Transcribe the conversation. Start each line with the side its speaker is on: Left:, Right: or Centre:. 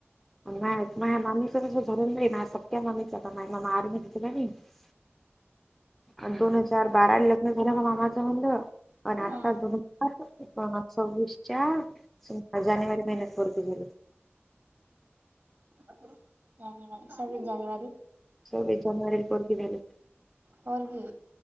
Centre: नाही माझ्या मामीच तसं झरून नाही ना सक्या मामीच का नाही मा आर्मी घेतला नाही <unintelligible> आणि दोन हजार बाराला लग्न झालं माझ्या मामाचं म्हणलं, आणि आता
Right: हा
Centre: दोन आता सविस च्या, जानेवारी महिन्यात पोरगी झाली.
Right: काय नाय काय नाय सव्विस जानेवारी.
Centre: सव्वीस जानेवारीला पोरगी झाली.
Right: पोरगी